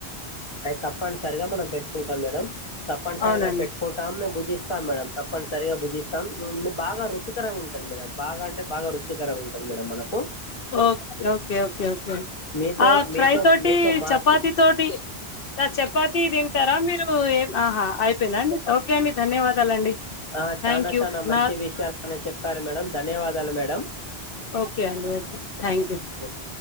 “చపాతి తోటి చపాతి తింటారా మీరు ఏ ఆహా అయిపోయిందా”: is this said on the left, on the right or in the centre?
Left